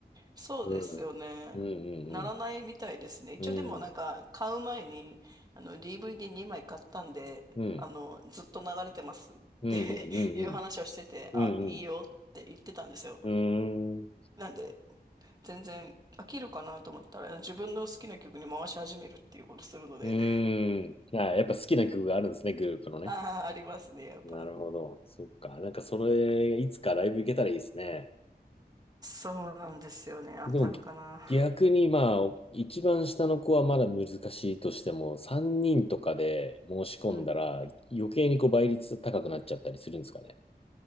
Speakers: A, on the right (about 25°); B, on the left (about 35°).
A: そうですよね。
B: うん。う
A: ならないみたいですね。
B: ん
A: 一応でもなんか買う前にあの
B: うんうん。
A: DVD2 枚買ったんで、
B: うん。うん
A: あのずっと流れてますって
B: うんうん
A: <laughs> いう話をしてて、
B: うん。
A: あ、いいよって言ってたんですよ。
B: うんうん。うーん。
A: なんで全然飽きるかなと思ったら自分の好きな曲に回し始めるっていうことするので、
B: うーん。あ、やっぱ好きな曲があるんですね、グループのね。
A: <laughs> ああ、ありますね、やっぱ。
B: なるほど。そっか。なんかそれ、いつかライブ行けたらいいですね。
A: そうなんですよね。
B: でも
A: 当たるかな。
B: 逆にまあ、一番下の子はまだ難しいとしても、3人とかで申し込んだら余計にこう倍率高くなっちゃったりするんですかね。
A: うん